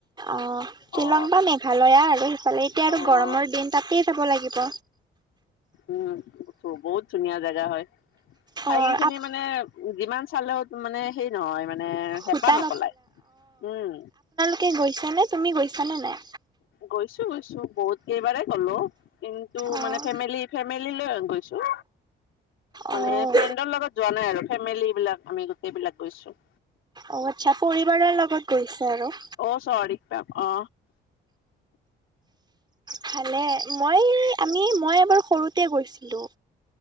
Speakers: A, on the right; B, on the left.
A: অ শ্বিলং
B: অ',
A: বা মেঘালয়া আৰু সিফালে এতিয়া
B: অ',
A: আৰু গৰমৰ দিন তাতে যাব লাগিব
B: উম উম বহুত ধুনীয়া জেগা হয় ঠাইখিনি
A: অ', আপ
B: মানে যিমান চালেও মানে হেৰি নহয় মানে
A: ভূটান
B: হেঁপাহ নপলাই উম।
A: তাতে গৈছানে তুমি গৈছা নে নাই
B: গৈছো গৈছো বহুত কেইবাৰে গলো কিন্তু
A: অ',
B: মানে ফেমেলি ফেমেলি লৈ গৈছো। মানে
A: অ',
B: ফ্ৰেণ্ডৰ লগত যোৱা নাই আৰু ফেমেলী বিলাক আমি গোটেইবিলাক গৈছো।
A: অ আচ্ছা পৰিবাৰৰ লগত গৈছা ন
B: অ চৰি পা অ
A: ভালে মই আমি মই এবাৰ সৰুতে গৈছিলোঁ